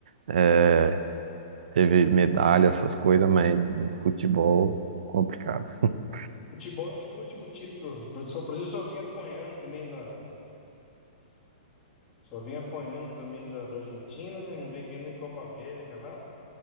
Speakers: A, on the right; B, on the left.
A: É, teve medalha, essas coisas, mas futebol complicado. <laughs>
B: Futebol, eu acho que o último título. O Brasil só o Brasil só vem apanhando também da. Só vem apanhando também da, da Argentina, né? Não vem ganhando nem Copa América, nada.